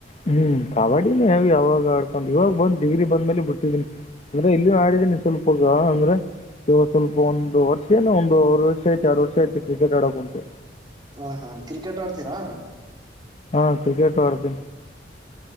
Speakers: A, on the left (about 35°); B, on the right (about 25°).
A: ಹ್ಮ್ ಕಬಡ್ಡಿನೇ ಹ ಅವಾಗ ಆಡ್ಕೊಂಡ್ ಇವಾಗ ಬಂದ್ ಡಿಗ್ರಿ ಬಂದ್ಮೇಲೆ ಬಿಟ್ಟಿದನಿ ಅಂದ್ರೆ ಇಲ್ಲಿ
B: ಹೌದು
A: ಮಾಡಿದೀನಿ ಸ್ವಲ್ಪಗ ಅಂದ್ರೆ ಇವಾಗ ಸ್ವಲ್ಪ ಒಂದು ವರ್ಷ ಏ ಒಂದು ವರ್ಷ ಐತ ಎರಡು ವರ್ಷ ಯತು ಕ್ರಿಕೆಟ್ ಆಡೋಕ್ಂಟು
B: ಹ ಹಾ ಕ್ರಿಕೆಟ್ ಅಡ್ತಿಯಾ
A: ಹಾ ಕ್ರಿಕೆಟ್ ಪಡತ